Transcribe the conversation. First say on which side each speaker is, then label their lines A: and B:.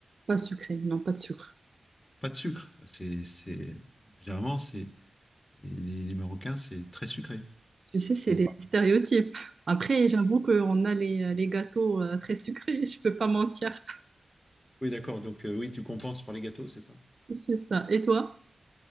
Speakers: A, on the right (about 55°); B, on the left (about 25°).
A: Pas sucré, non, pas de sucre.
B: Pas de sucre. C'est, c'est, généralement, c'est, les, les- les Marocains, c'est très sucré.
A: Tu sais,
B: le
A: c'est
B: thé.
A: des stéréotypes. Après, j'avoue qu'on a les, les gâteaux euh, très sucrés, je peux pas mentir.
B: Oui, d'accord. Donc, euh, oui, tu compenses par les gâteaux, c'est ça?
A: <laughs> C'est ça. Et toi?